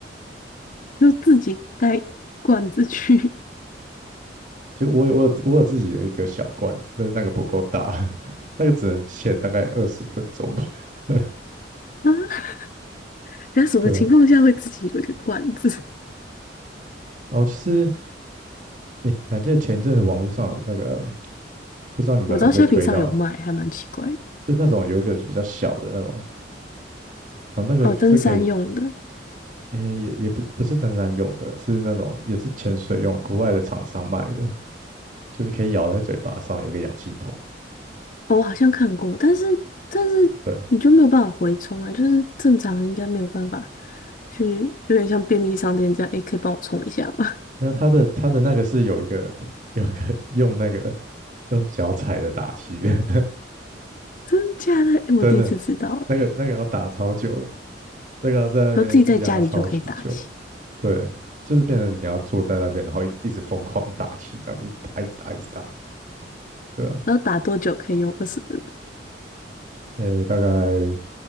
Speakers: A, on the left; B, on the right.
A: <laughs> 就自己带罐子去
B: 就我有我有我有自己的一个小罐子，但是那个不够大，<laughs> 那个只能潜大概二十分钟吧，<laughs>
A: <laughs> 啊。那什么情况下会自己有一个罐子？
B: 对啊。然后就是，诶，你还记得前一阵子网络上有那个，不知道你们有没有被推到，
A: <laughs> 我知道虾皮上有卖，还蛮奇怪的
B: 就是那种有一个比较小的那种。然后那个是可以，
A: 哦，登山用的，
B: 诶、也也不不是登山用的，是那种也是潜水用，国外的厂商卖的，就是可以咬在嘴巴上，有个氧气筒。
A: 哦，我好像看过，但是但是你就没有办法回充啊，
B: 对，
A: 就是正常人应该没有办法去，有点像便利商店这样，诶、可以帮我充一下吗？
B: 那它的它的那个是有一个 <laughs> 有一个 <laughs> 用那个用脚踩的打气的，
A: 真的假的？
B: <laughs>
A: 诶，我第一次知道诶，
B: 真的，那个那个要打超久的，那个要在那边压超级久。
A: 然后自己在家里就可以打气，
B: 对，就是变成你要坐在那边，然后一直一直疯狂打气，这样一直打，一直打，一直打，对吧、
A: 然后打多久可以用二十分，
B: 诶、大概